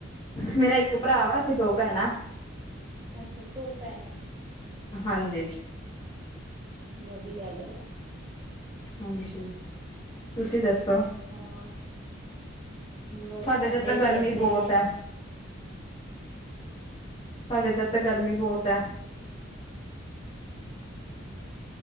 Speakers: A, on the left; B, on the right.
A: ਮੇਰਾ ਇਕ ਭਰਾ ਵਾ, ਅਸੀ ਦੋ ਭੈਣਾਂ
B: ਅਛਾ ਦੋ ਭੈਣਾਂ ਐ।
A: ਹਾਂਜੀ
B: ਵਧੀਆ ਗੱਲ ਆ।
A: ਹਾਂਜੀ, ਤੁਸੀਂ ਦੱਸੋ?
B: ਹਾਂ ਬਸ
A: ਸਾਡੇ ਤੇ ਤਾਂ ਗਰਮੀ
B: ਵੀ ਏਦਾਂ ਹੀ
A: ਬਹੁਤ
B: ਹੈ
A: ਐ। ਸਾਡੇ ਇੱਧਰ ਤਾਂ ਗਰਮੀ ਬਹੁਤ ਐ।